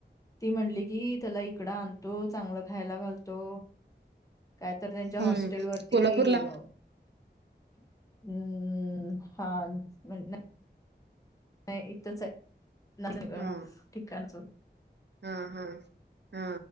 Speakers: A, on the left (about 20°); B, on the right (about 70°).
A: ती म्हणली की त्याला इकडं आणतो चांगलं खायला घालतो काय तर त्यांच्या
B: हम्म
A: हॉस्टेलवरती
B: कोल्हापूरला
A: हम्म हा म्ह नाही इथंच नाही ग
B: हा
A: ठिकाणच.
B: हा हा हा